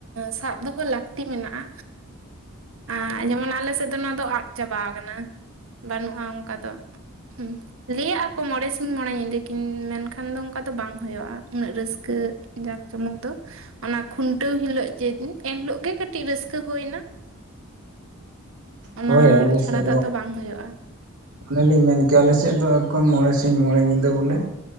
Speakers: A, on the right; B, on the right.
A: ᱥᱟᱵ ᱫᱚᱦᱚ ᱞᱟᱹᱠᱛᱤ ᱢᱮᱱᱟᱜᱼᱟ ᱟᱨ ᱡᱮᱢᱚᱱ ᱟᱞᱮ ᱥᱮᱫ ᱫᱚ ᱱᱚᱣᱟ ᱫᱚ ᱟᱫ ᱪᱟᱵᱟ ᱠᱟᱱᱟ ᱵᱟᱹᱱᱩᱜᱼᱟ ᱚᱝᱠᱟ ᱫᱚ ᱦᱩᱸ ᱞᱟᱹᱭᱟᱜᱼᱟ ᱠᱚ ᱢᱚᱬᱮ ᱥᱤᱧ ᱢᱚᱬᱮ ᱧᱤᱫᱟᱹ ᱠᱤᱱ ᱢᱮᱱᱠᱷᱟᱱ ᱫᱚ ᱚᱱᱠᱟ ᱫᱚ ᱵᱟᱝ ᱦᱩᱭᱩᱜᱼᱟ ᱩᱱᱟᱹᱜ ᱨᱟᱹᱥᱠᱟᱹ ᱡᱟᱠ ᱡᱚᱢᱚᱠ ᱫᱚ ᱚᱱᱟ ᱠᱷᱩᱱᱴᱟᱹᱣ ᱦᱤᱞᱳᱜ ᱡᱮᱫᱤᱱ ᱮᱱᱦᱤᱞᱚᱜ ᱜᱮ ᱠᱟᱹᱴᱤᱡ ᱨᱟᱹᱥᱠᱟᱹ ᱦᱳᱭᱱᱟ ᱚᱱᱟ
B: ᱦᱳᱭ ᱟᱞᱮ
A: ᱪᱷᱟᱲᱟ
B: ᱥᱮᱫ
A: ᱫᱚ ᱟᱫᱚ ᱵᱟᱝ ᱦᱩᱭᱩᱜᱼᱟ
B: ᱚᱱᱮᱞᱤᱧ ᱢᱮᱱ ᱠᱮᱭᱟ ᱟᱞᱮ ᱥᱮᱫ ᱫᱚ ᱮᱠᱫᱚᱢ ᱢᱚᱬᱮ ᱥᱤᱧ ᱢᱚᱬᱮ ᱧᱤᱫᱟᱹ ᱵᱚᱞᱮ